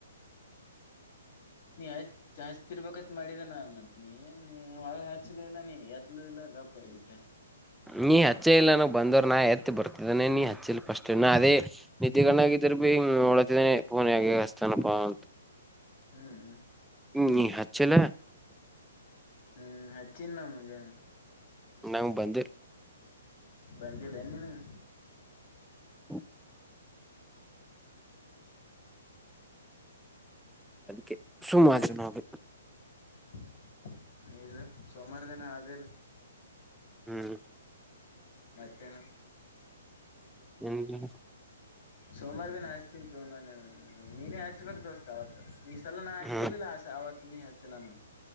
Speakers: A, in the centre; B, on the left.
A: <unintelligible>
B: ನೀಯ್ ಚಾಚ್ತಿರ್ಬೇಕತ್ ಮಾಡಿದಾನ ಮತ್ ನೀ ಏನ್ ನೀ ಹೊಳ್ಳಿ ಹಚ್ಲ ಇಲ್ಲ ನೀ ಎತ್ಲುೂ ಇಲ್ಲ ಗಪ್ ಆಗಿಬಿಟ್ಟೇನ.
A: ನೀ ಹಚ್ಚಿ ಇಲ್ಲನ ಬಂದ್ರ ನಾ ಎತ್ ಬರ್ತಿದ್ದಾನನೆ ನೀ ಹಚ್ಚಿಲ್ ಫಸ್ಟ್ ನಾ ಅದೇ. ನಿದ್ದೆ ಗಣ್ಣಾಗಿದ್ರ ಭೀ ನೋಳತಿದಾನನೆ ಪೋನ ಹೆಗೆ ಹಸ್ತನಪಾ ಅಂತ.
B: ಹಅ
A: ಹ್ಮ್ ನೀ ಹಚ್ಚಲ್.
B: ಹ್ಮ ಹಚ್ಚಿನಾ ಮುಂಜಾನೆ.
A: ನಂಗ್ ಬಂದಿಲ.
B: ಬಂದಿಲ್ಲ ಏನ್ ನಿನಗ.
A: <unintelligible> ಅದಕ್ಕೆ ಸುಮು ಆದವಿ ನಾವ್.
B: <unintelligible> ಸೋಮಾರದಿನ ಅದೆಲ್ಲ.
A: ಹ್ಮ್.
B: ಮತ್ತೇನು.
A: ಏನಿಲ್ಲಣ್ಣ.
B: ಸೋಮಾರದಿನ ಹಚ್ತಿನಿತೊ ನಾ ನಿನಗ ನಿನ ಹಚ್ಬೇಕ ದೋಸ್ತ್ ಅವತ್ತು ಈ ಸಲ ನಾ ಹಚ್ಚಿಲ್ಲಿಲ್ಲ
A: ಹ್ಮ್
B: ಅವತ್ತ ನೀ ಹಚ್ಚ ನನ